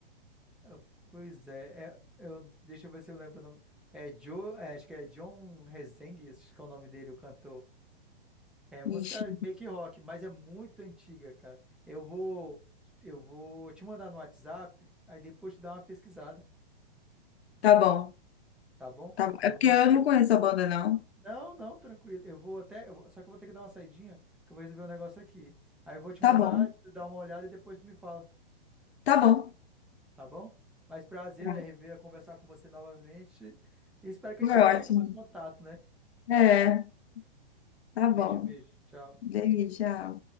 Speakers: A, in the centre; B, on the left.
A: Ah, Pois é, é- eu... deixa eu ver se eu lembro o nome. É Joe, é, acho que é John Rezende, acho que é o nome dele, o cantor. É música
B: Ixi.
A: meio que rock, mas é muito antiga, cara. Eu vou, eu vou te mandar no WhatsApp, aí depois tu dá uma pesquisada,
B: Tá bom.
A: tá bom?
B: Tá bom.
A: Eu
B: É porque
A: vou,
B: eu
A: eu-
B: não conheço a banda, não.
A: Não, não, tranquilo. Eu vou até. eu vou- só que eu vou ter que dar uma saidinha, porque eu vou resolver um negócio aqui. Aí eu vou te
B: Tá
A: mandar,
B: bom.
A: tu dá uma olhada e depois tu me fala,
B: Tá bom.
A: tá bom? Mas prazer
B: Tá.
A: é rever, é conversar com você novamente. E espero que
B: Foi
A: a gente não
B: ótimo.
A: perca mais contato, né?
B: É, tá
A: Beijo,
B: bom.
A: beijo. Tchau.
B: Delícia.